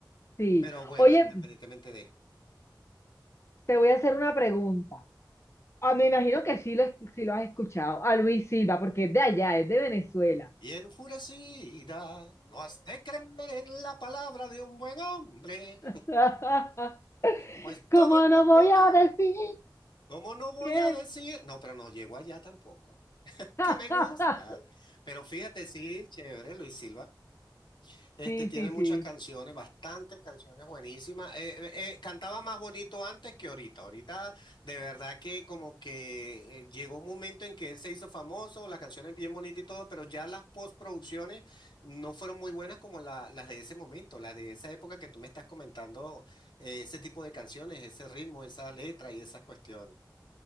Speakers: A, on the left (about 35°); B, on the left (about 75°).
A: Sí.
B: Pero bueno,
A: Oye,
B: independientemente de...
A: te voy a hacer una pregunta. Ah, me imagino que sí lo, es- sí lo has escuchado. A Luis Silva, porque es de allá, es de Venezuela.
B: Y enfurecida, no has de creer en la palabra de un buen hombre,
A: <laughs>
B: pues todo
A: ¿Cómo
B: el mundo...
A: no voy
B: A
A: a decir
B: ver, ¿cómo no voy
A: que...
B: a decir? No, pero no llego allá tampoco. <laughs>
A: <laughs>
B: Que me gusta. Pero fíjate, sí, chévere, Luis Silva. Este
A: Sí,
B: tiene
A: sí,
B: muchas
A: sí,
B: canciones, bastantes canciones buenísimas. Eh, eh, eh, cantaba más bonito antes que ahorita. Ahorita de verdad que como que eh, llegó un momento en que él se hizo famoso, las canciones bien bonitas y todo, pero ya las postproducciones no fueron muy buenas como la- las de ese momento, las de esa época que tú me estás comentando, eh, ese tipo de canciones, ese ritmo, esa letra y esas cuestiones.